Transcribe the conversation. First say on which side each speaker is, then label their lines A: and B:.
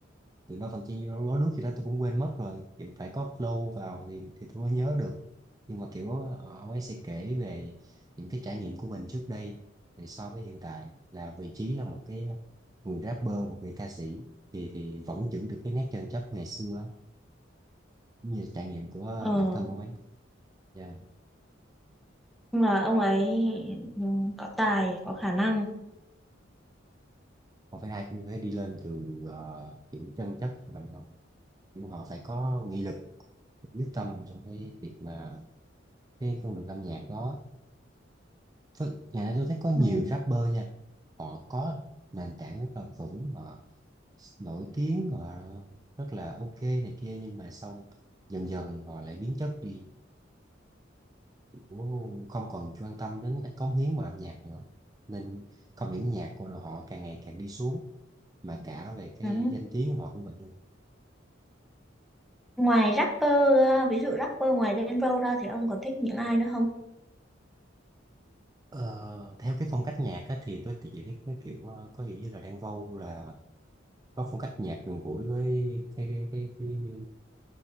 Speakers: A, on the right (about 20°); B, in the centre.
A: từ đó phần chi nó lúa nước gì đó tôi cũng quên mất rồi kiểu phải có flow vào thì thì tôi mới nhớ được nhưng mà kiểu ờ, ông ấy sẽ kể về những cái trải nghiệm của mình trước đây thì so với hiện tại là vị trí là một cái người rapper một người ca sĩ thì thì vẫn giữ được cái nét chân chất ngày xưa cũng như trải nghiệm của
B: Ờ,
A: bản thân ông ấy Dạ
B: nhưng mà ông ấy ừ, có tài, có khả năng.
A: không phải ai cũng phải đi lên từ ờ, kiểu chân chất của bạn đâu kiểu họ phải có nghị lực quyết tâm trong cái việc mà cái con đường âm nhạc đó Thực- ngày nay tôi thấy có nhiều
B: Ừ.
A: rapper nha họ có nền tảng rất là vững họ nổi tiếng họ rất là ok này kia nhưng mà xong dần dần họ lại biến chất đi Kiểu không còn quan tâm đến các cống hiến vào âm nhạc nữa nên không những nhạc của họ càng ngày càng đi xuống mà cả về cái
B: Ừ.
A: danh tiếng của họ cũng vậy luôn
B: Ngoài rapper, ờ, ví dụ rapper ngoài Denver ra thì ông còn thích những ai nữa không?
A: Ờ, theo cái phong cách nhạc á, thì tôi thì chỉ thấy cái kiểu ờ, có hiểu như là Đan Vâu là có phong cách nhạc gần gũi với cái cái cái, cái, cái